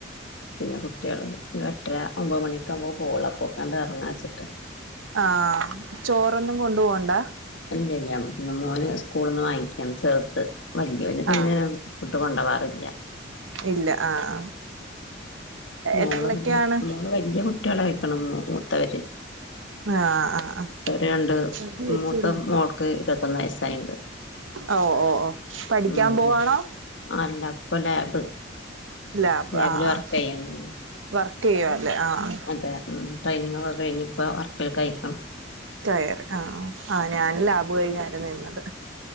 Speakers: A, on the left (about 70°); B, on the right (about 85°).
A: പിന്നെ കുട്ടിയാള് എട്ടര ഒമ്പത് മണിയൊക്കാവുമ്പോ പോവൊള്ളു അപ്പൊക്ക എറങ്ങാച്ച്ട്ട
B: ആഹ് ചോറൊന്നും കൊണ്ടു പോവണ്ട
A: ഇല്ല ഇല്ല പിന്ന മോന് സ്കൂള്ന്ന് വാങ്ങിക്കാണ് ചെർത് വല്യയോന് പിന്നെ
B: ആഹ്
A: ഫുഡ്‌ കൊണ്ടവാറില്ല.
B: ഇല്ല ആഹ് ആഹ്
A: മോള്
B: എത്രിലെക്കെ
A: പിന്നെ
B: ആണ്
A: മോള് വല്യ കുട്ടികളെ കഴിക്കണ് മൂത്തവര്
B: ആഹ് ആഹ് ആഹ്
A: മൂത്തവര് രണ്ട്
B: <unintelligible>
A: മൂത്ത മോൾക്ക് ഇരുപത്തൊന്ന് വയസ്സായിണ്ട്
B: ഓ ഓ ഓ പഠിക്കാൻ
A: ഉം
B: പോവാണോ?
A: അല്ല ഇപ്പൊ ലാബ്.
B: ലാബ്
A: ലാബില്
B: ആഹ്
A: വർക്ക് ചെയ്യണം
B: വർക്ക് ചെയ്യുവാല്ലേ ആഹ്
A: അതെ ഉം ട്രെയിനിങ് ഒക്കെ കഴിഞ് ഇപ്പ വർക്കിൽ അയിക്ക്ണ്
B: കയറി ആ ആഹ് ഞാൻ ലാബ് കഴിഞ്ഞാരുന്നു നിന്നത്